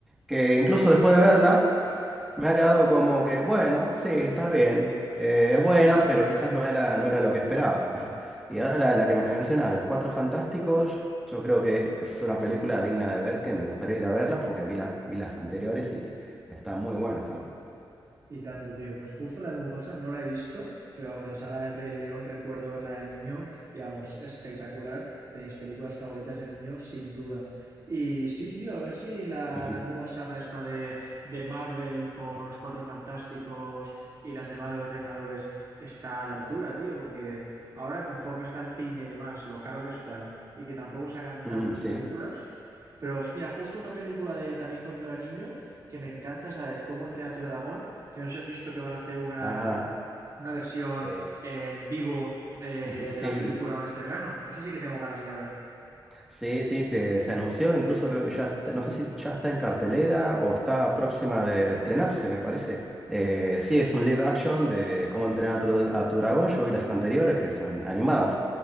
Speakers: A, in the centre; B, on the right.
A: Que incluso después de verla, me ha quedado como que, bueno, sí, está bien. eh, es buena, pero quizás no era, no era lo que esperaba. <laughs> Y ahora la, la que me mencionas de Los Cuatro Fantásticos, yo creo que es una película digna de ver, que me gustaría ir a verla porque vi, la- vi las anteriores y están muy buenas también.
B: Y tanto, tío. Pues justo la de Mufasa no la he visto, pero vamos, la saga del Rey León recuerdo verla de niño y vamos, espectacular. De mis películas favoritas de niño, sin duda. Y sí, tío, a ver si la
A: <laughs>
B: nueva saga esta de, de Marvel con los Cuatro Fantásticos y las demás de los Vengadores está a la altura, tío, porque ahora conforme está el cine y más, lo caro que está y que tampoco sacan
A: Mm,
B: tantas
A: sí,
B: películas, pero os- mira, justo una película de también con Don Anillo que me encanta es la de Cómo entrenar a tu dragón, que no sé si has visto que van a hacer una,
A: ajá,
B: una versión
A: sí,
B: en vivo de,
A: <laughs> sí.
B: de la película ahora este verano. Esa sí que tengo ganas de ir a ver.
A: Sí, sí, se, se anunció, incluso creo que ya, está- no sé si ya está en cartelera o está próxima de, de estrenarse, me parece. Eh, sí, es un live action de cómo entrenar a tu, a tu dragón. Yo vi las anteriores que son animadas.